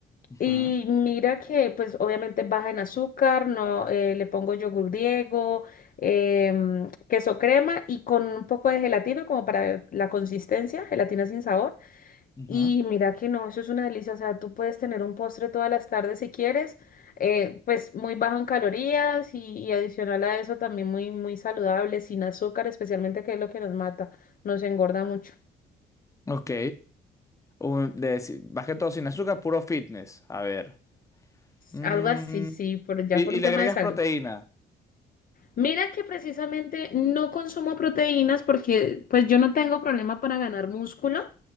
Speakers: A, on the left; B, on the left.
A: Ujú,
B: Y mira que, pues, obviamente baja en azúcar, no, eh, le pongo yogur griego, em, queso crema y con un poco de gelatina como para la consistencia, gelatina sin sabor.
A: ujú.
B: Y mira que no, eso es una delicia. O sea, tú puedes tener un postre todas las tardes si quieres, eh, pues muy bajo en calorías y, y adicional a eso también muy, muy saludable, sin azúcar, especialmente que es lo que nos mata, nos engorda mucho.
A: Ok. Un- de si- más que todo sin azúcar, puro fitness. A ver. Mm,
B: Algo así, sí, por, ya
A: y,
B: por un
A: y le
B: tema
A: agregas
B: de salud.
A: proteína.
B: Mira que precisamente no consumo proteínas porque pues yo no tengo problema para ganar músculo,